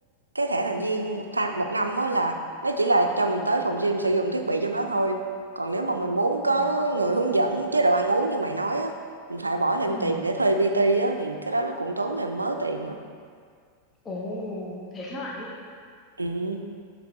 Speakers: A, on the right; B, on the left.
A: cái thẻ thành viên một tháng một năm á là nó chỉ là cho mình tới phòng gym sử dụng thiết bị trong đó thôi. Còn nếu mà mình muốn có
B: Ừ.
A: người hướng dẫn chế độ ăn uống như mày nói á, mình phải bỏ thêm
B: Ừ.
A: tiền để thuê PT á thì cái đó nó cũng tốn thêm mớ tiền nữa.
B: Ồ, thiệt hả mày?
A: Ừ.